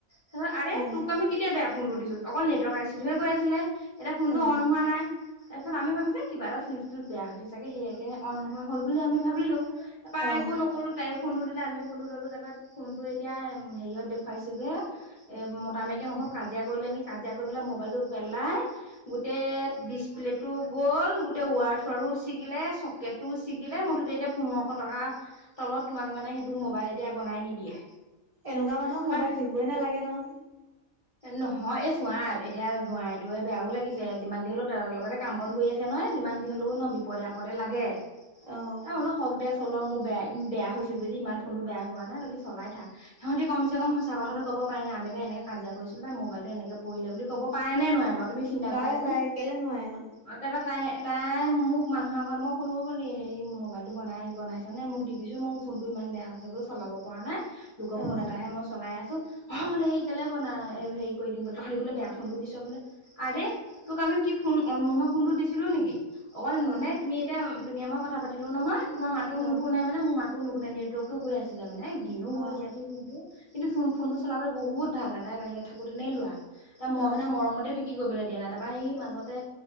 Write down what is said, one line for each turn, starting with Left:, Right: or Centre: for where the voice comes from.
Left: তাৰপিছত আৰে
Right: অ
Left: তোক আমি কেতিয়া বেয়া ফোনটো দিছোঁ অকল নেটৱৰ্ক আইচিটোহে গৈ আছিলে এতিয়া ফোনটো
Right: অ
Left: অন হোৱা নাই। তাৰপিছত আমি ভাবিছ কিবা এটা চুইচটোত বেয়া হৈছে চাগে সেয়াকে অন নহয় হল বুলি আমি ভাবিলো। তাৰপৰা
Right: অ
Left: একো নকলো তাই ফোনটো দিলে আমিও ফোনটো ল'লোঁ তাৰপাছ ফোনটো এতিয়া হেৰিয়ত দেখুৱাইছোঁগৈ এ মতা মাইকী সম্ভৱক কাজিয়া কৰিবলে আনি কাজিয়া কৰি পেলাই মোবাইলটো পেলাই গোটেই ডিচপ্লেটো গ'ল গোটেই ৱাৰছ ৱাৰো ছিগিলে চকেটো ছিগিলে মুঠতে এতিয়া পোন্ধৰশ টকা তলত তোমাক মানে সেইটো মোবাইল এতিয়া বনাই নিদিয়ে
Right: এনেকুৱা মানুহক
Left: তাৰপা
Right: মোবাইল দিবই নালাগে নহয়।
Left: নহয় এই চোৱা এতিয়া জোৱাইটো বেয়াও লাগিছে যিমান যি হলেও দাদাৰ লগতে কাম বন কৰি আছে ন ন যিমান দিন হলেও ন বিপদ আপৰে লাগে
Right: অ
Left: ত হল শ চল মোৰ বেয়া বেয়া হৈছে যদি ইমান ফোনটো বেয়া হোৱা নাই তহলে চলাই থাক সিহঁতি কম চে কম সঁচ কথাটো ক'ব। প নাই আমি বা এনেক কাজিয়া কৰিছিলোই মবাইলটো এনেক পৰিলে বুলি কব পাৰে নে নোৱৰে‌ বাৰু তুমি চিন্তা
Right: পাৰে
Left: কৰাচোন
Right: পাৰে কেলে নোৱাৰে ন
Left: অ তাৰপ তাই তাই মোক মানুহ আগত মই সৰু বুলি সেই মোবাইলটো বনাই বনাইছে নে মোক দিবিচো মোক ফোনটো ইমান বেয়া হৈছে বুলো চলাব পৰা নাই লোক ফোন
Right: অ
Left: এটাহে মই চলাই আছো অ বোলে সেই কেলে বনাই হেৰি কৰি দিম বোলে তাহৰি বোলে বেয়া ফোন টো দিছ বোলে আৰে তোক আমি কি ফোন অন নোহোৱা ফোনটো দিছিলো নেকি অকল
Right: অ
Left: মানে তুমি এতিয়া তুমি মই কথা পাতিলো নহয় তোমাৰ মাতো
Right: অ
Left: নুশুনে নাই মানে মোৰ মাতো নুন নি নেটৰ্কতটো গৈ আছিলে মানে দিনো
Right: অ
Left: হ'ল দিয়ান ফোনটো কিন্তু ফোন ফোনটো চলাবলৈ বহুত ভাল দাদাই বাহিৰত থাকোতেনে লোৱা তাৰ ম
Right: অ অ অ
Left: মানে মৰমতে কি কৰিবলৈ দিয়া নাই তাৰপৰা সি মাজতে